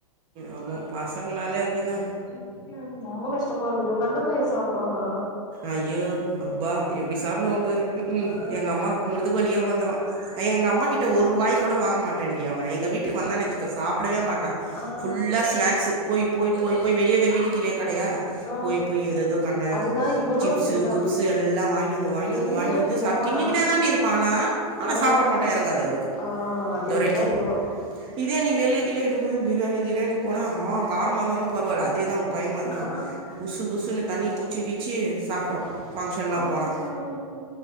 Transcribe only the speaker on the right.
ஆமா பசங்களாலே அப்டிதா
அய்யோ அப்பா எபடி சாப்டுவா பாரு க்க்ம்
எங்க அம்மாக்கு முதுகு வலியே வந்துரோ எங்க அம்மா கிட்ட ஒரு வாய் கூட வாங்க மாட்டான்டி அவ எங்க வீட்டுக்கு வந்தான் நென்ச்சுக்கோ சாப்படவே மாட்டா
ஃபுல்லா ஸ்நாக்ஸு போய் போய் போய் போயா வெளியவே வீட்டுக் கீழயே கடையா
போய் போய் எதெதோ கண்ட
சிப்ஸு
குப்ஸு எல்லா வாய்ன்வந்து வாய்ன்வந்து
வாய்ன்வந்து
சாப் தின்னக்கின்னே தாண்டி இருப்பா ஆனா ஆனா
சாப்பாடு மட்டு எறங்காது அவுருக்கு
தொரைக்கி
இதே நீ வெளியே கிளியே இட்டுணு போய் பிரியாணி கிரியாணி போனா ஆ காரமா இந்தாலு பரவால்ல அதே தா உ பய மார்தா
புசு புசுன்னு தண்ணி குச்சி கிச்சி சாப்ட்றோ ஃபங்க்ஷன்லாம்
போனா